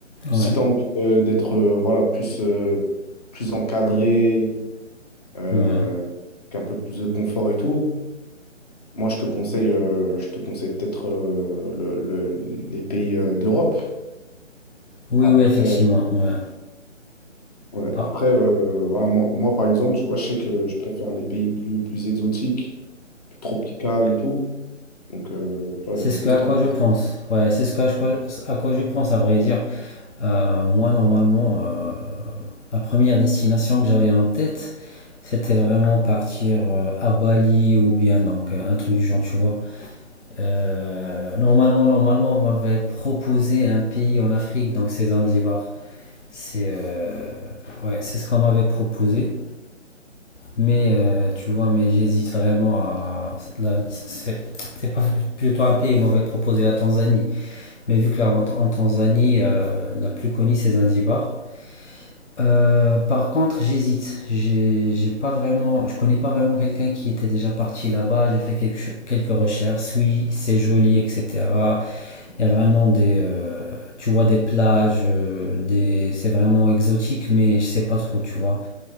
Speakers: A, on the left; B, on the left.
A: Si
B: Ouais,
A: tu as envie euh, d'être euh, voilà, plus euh, plus encadré euh,
B: ouais.
A: qu'un peu plus de confort et tout. Moi, je te conseille, euh, je te conseille peut-être euh, le- le- les pays euh, d'Europe.
B: Oui
A: Après,
B: oui effectivement ouais.
A: ouais,
B: Par
A: après euh, voilà, moi, moi, par exemple, tu vois, je sais que je préfère les pays plus, plus exotiques, plus tropicales et tout. Donc, euh, tu vois,
B: C'est
A: j'aurais
B: ce
A: plus
B: que, à
A: tendance
B: quoi je pense. Ouais, c'est ce que, à quoi, à quoi je pense, à vrai dire. Euh, moi, normalement, euh, la première destination que j'avais en tête, c'était vraiment partir euh, à Bali ou bien donc euh, un truc du genre, tu vois. Euh, normalement, normalement, on m'avait proposé un pays en Afrique, donc c'est Zanzibar. C'est euh, ouais, c'est ce qu'on m'avait proposé. Mais euh, tu vois, mais j'hésite vraiment à. la- C'est c'est pas plutôt un pays où on m'avait proposé la Tanzanie. Mais vu que là, en, en Tanzanie, euh, la plus connue, c'est Zanzibar. Euh, par contre, j'hésite. J'ai j'ai pas vraiment, je connais pas vraiment quelqu'un qui était déjà parti là-bas. J'ai fait quelques, quelques recherches. Oui, c'est joli, etc. Il y a vraiment des, euh, tu vois, des plages, euh, des, c'est vraiment exotique, mais je sais pas trop, tu vois.